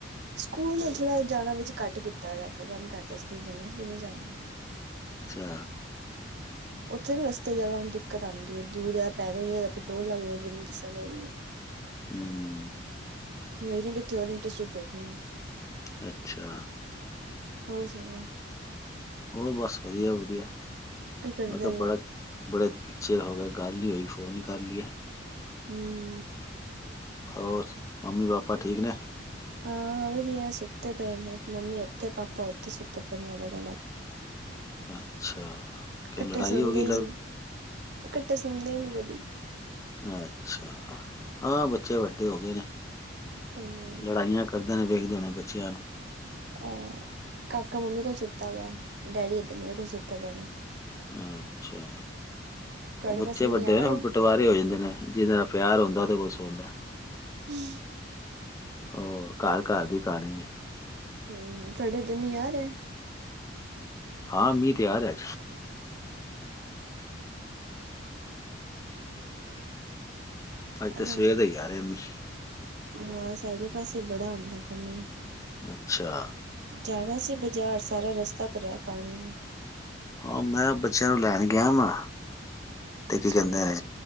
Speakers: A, on the right; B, on the left.
A: ਸਕੂਲ ਤੋਂ ਥੋੜਾ ਜਾਣਾ ਵਿੱਚ ਘੱਟ ਕੀਤਾ। ਆਪਾਂ ਮਨ ਕਰਦਾ ਸਕੂਲ ਜਾਂਦੇ ਸਕੂਲ ਨਹੀਂ ਜਾਂਦੇ।
B: ਅੱਛਾ।
A: ਉੱਥੇ ਰਸਤੇ ਜਿਆਦਾ ਹੁਣ ਦਿੱਕਤ ਆਂਦੀ ਹੈ। ਦੂਰ ਜਿਆਦਾ ਪੈਲੁੰਦਾ ਪੈਟਰੋਲ ਲੱਗਦੇ ਜਿਹਨੂੰ ਦ ਹੈ।
B: ਹਮ।
A: ਵੇਖਦੇ ਕਿੱਥ ਹੋਰ ਇੰਟਰਸ਼ਿਪ ਵੇਖਣੀ ਆ।
B: ਅੱਛਾ।
A: ਹੋ ਸੁਣਾਓ।
B: ਹੋਰ ਬਸ ਵਧੀਆ -ਵਧੀਆ।
A: ਕੀ ਕਰਦੇ
B: ਮੈਂ ਕਿਹਾ
A: ਪਏ
B: ਬੜਾ।
A: ਹੋ
B: ਬੜੇ ਚਿਰ ਹੋ ਗਿਆ ਗੱਲ ਨਹੀਂ ਹੋਈਗੀ। ਫੋਨ ਹੀ ਕਰ ਲਈਏ।
A: ਹਮ।
B: ਹੋਰ ਮੰਮੀ -ਪਾਪਾ ਠੀਕ ਨੇ।
A: ਹਾਂ ਵਧੀਆ ਸੁੱਤੇ ਪਏ ਨੇ। ਮੰਮੀ ਇੱਥੇ ਪਾਪਾ ਉੱਥੇ ਸੁੱਤੇ ਪਏ ਨੇ ਅਲੱਗ -ਅਲੱਗ।
B: ਅੱਛਾ
A: ਇਕੱਠੇ
B: ਕਿ ਲੜਾਈ
A: ਸੌਂਦੇ
B: ਹੋ ਗਈ।
A: ਹੀ ਨੀ ਇਕੱਠੇ ਸੁਣਦੇ ਹੀ ਨੀ ਕਦੀ।
B: ਅੱਛਾ ਹਾਂ ਬੱਚੇ ਵੱਡੇ ਹੋ ਗਏ ਨੇ
A: ਹਮ
B: ਲੜਾਈਆਂ। ਕਰਦੇ ਨੇ ਵੇਖਦੇ ਹੋਣੇ ਬੱਚਿਆਂ ਨੂੰ।
A: ਅਹ ਕਾਕਾ ਮੰਮੀ ਕੋਲ ਸੁੱਤਾ ਪਿਆ। ਡੈਡੀ ਏ ਤੇ ਮੇਰੇ ਕੋਲ ਸੁੱਤੇ ਪਏ ਨੇ।
B: ਅੱਛਾ।
A: ਤੁਹਾਡੇ
B: ਉਹ ਬੱਚੇ
A: ਪਾਸੇ
B: ਵੱਡੇ
A: ਮੀਂਹ ਆ
B: ਹੋਏ
A: ਰਿਹਾ
B: ਨੇ ਪਟਵਾਰੇ ਹੋ ਜਾਂਦੇ ਨੇ। ਜਿਹਦੇ ਨਾਲ ਪਿਆਰ ਹੁੰਦੇ ਕੋਲ ਸੌਂਦਾ।
A: ਹਮ।
B: ਉਹ ਘਰ -ਘਰ ਦੀ ਕਹਾਣੀ ਹੈ।
A: ਹਮ ਤੁਹਾਡੇਦ ਮ ਯਾਰ ਆ।
B: ਹਾਂ ਮੀਂਹ ਤਿਆਰ ਹੈ। ਅੱਜ
A: ਹੈਲੋ
B: ਤਾਂ ਸਵੇਰੇ ਦਾ ਹੀ ਆ ਰਿਹਾ ਮੀਂਹ।
A: ਹਾਂ ਸਾਰੇ ਪਾਸੇ ਬੜਾ ਆਉਂਦਾ ਪਿਆ ਮੀਂਹ।
B: ਅੱਛਾ।
A: ਜਾਣਾ ਸੀ ਬਾਜ਼ਾਰ ਸਾਰਾ ਰਸਤਾ ਭਰਿਆ ਪਾਣੀ ਨਾਲ।
B: ਹਾਂ ਮੈਂ ਬੱਚਿਆਂ ਨੂੰ ਲੈਣ ਗਿਆ ਵਾ। ਤੇ
A: ਅੱਛਾ
B: ਕੀ ਕਹਿੰਦੇ ਨੇ।